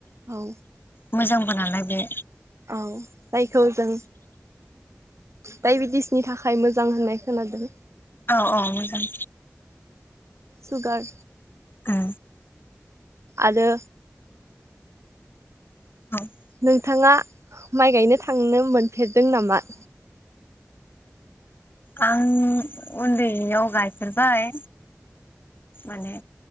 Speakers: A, on the right; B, on the left.
A: औ।
B: मोजांबो नालाय बे
A: औ। जायखौ जों डायबेटिसनि थाखाय मोजां होननाय खोनादों।
B: औ औ मोजां
A: सुगार
B: औ
A: आरो
B: <inaudible>
A: नोंथाङा माइ गायनो थांनो मोनफेरदों नामा?
B: आं उन्दैयाव गायफेरबाय माने